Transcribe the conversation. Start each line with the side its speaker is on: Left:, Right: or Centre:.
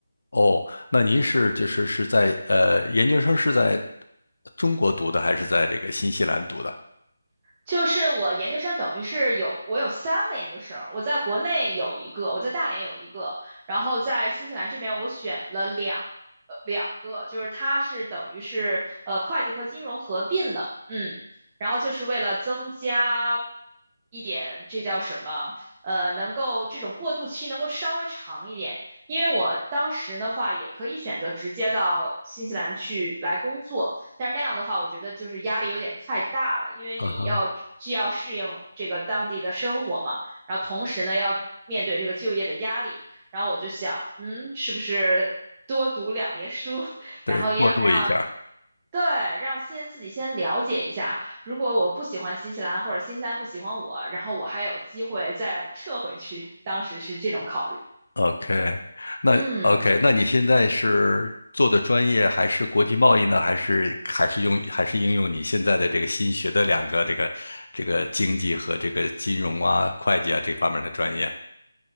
Left: 哦，那您是就是是在呃研究生是在中国读的，还是在这个新西兰读的？
Right: 就是我研究生等于是有我有三个研究生，我在国内有一个，我在大连有一个，然后在新西兰这边我选了两呃两个，就是它是等于是呃会计和金融合并了，嗯，然后就是为了增加一点这叫什么呃能够这种过渡期能够稍微长一点，因为我当时的话也可以选择直接到新西兰去来工作。但是那样的话，我觉得就是压力有点太大了，因为你要既要适应这个当地的生活嘛，
Left: 啊哈。
Right: 然后同时呢要面对这个就业的压力。然后我就想，嗯，是不是多读两年书，
Left: 对，
Right: 然后要让。
Left: 过渡一下。
Right: 对，让先自己先了解一下。如果我不喜欢新西兰，或者新西兰不喜欢我，然后我还有机会再撤回去。当时是这种考虑。
Left: OK，那
Right: 嗯。
Left: OK，那你现在是做的专业还是国际贸易呢？还是还是用还是应用你现在的这个新学的两个这个这个经济和这个金融啊、会计啊这方面的专业？